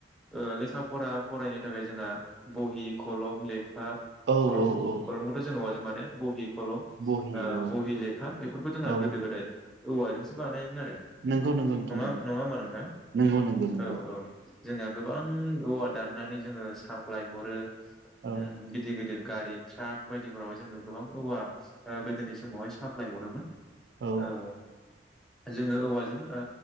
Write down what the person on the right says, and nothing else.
औ
औ औ
बहि
औ
औ
नंगौ नंगौ नोंथां
नंगौ
नंगौ नंगौ नंगौ
औ
औ